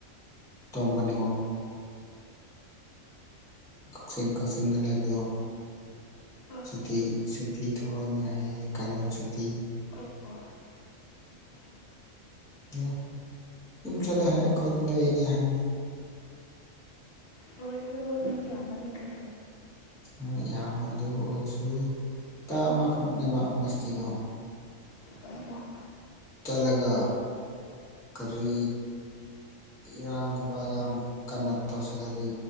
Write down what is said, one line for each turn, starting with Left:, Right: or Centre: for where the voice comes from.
Centre: ꯑꯇꯣꯝꯕꯅꯤꯀꯣ ꯀꯛꯆꯤꯡ ꯀꯛꯆꯤꯡꯗ ꯂꯩꯕꯗꯣ
Left: ꯑꯣ
Centre: ꯁꯨꯇꯤ ꯁꯨꯇꯤ ꯊꯣꯛꯑꯅꯤ ꯍꯥꯏꯌꯦꯦ ꯀꯥꯂꯦꯟ ꯁꯨꯇꯤ
Left: ꯣ ꯎ ꯐꯩꯅꯦ
Centre: ꯑ ꯑꯗꯨꯝ ꯆꯂ ꯍꯥꯏ ꯑꯩꯈꯣꯏ ꯂꯩꯅꯤ ꯍꯥꯏꯃꯦ
Left: ꯍꯣꯔꯦꯗ ꯅꯣꯏꯅꯤ ꯌꯥꯝꯃꯟꯈ꯭ꯔꯦ
Centre: ꯍꯣꯏ ꯌꯥꯝꯃꯦ ꯑꯗꯨ ꯑꯣꯏꯔꯁꯨ ꯍꯞꯇꯥ ꯑꯃꯈꯛꯅꯦꯕ ꯃꯣꯁꯇꯤꯗꯣ
Left: ꯑꯣ ꯑꯣ
Centre: ꯇꯂꯒ ꯀꯔꯤ ꯏꯔꯥꯡꯒꯨꯝꯕ ꯌꯥꯝ ꯀꯟꯅ ꯇꯧꯁꯤꯜꯂꯗꯤ